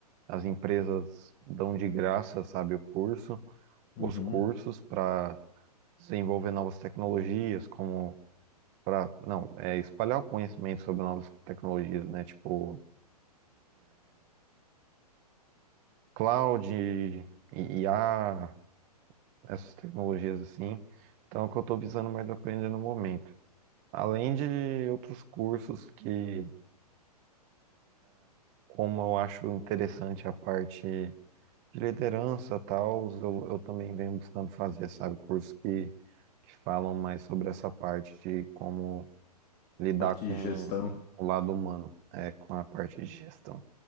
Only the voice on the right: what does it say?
as empresas dão de graça, sabe, o curso,
os cursos para desenvolver novas tecnologias, como para, não, é espalhar o conhecimento sobre novas tecnologias, né? Tipo, cloud, IA, essas tecnologias assim. Então, é o que eu estou visando mais aprender no momento. Além de outros cursos que como eu acho interessante a parte de liderança tal, eu, eu também venho buscando fazer, sabe, cursos que, que falam mais sobre essa parte de como lidar
com
o lado humano, é, com a parte de gestão.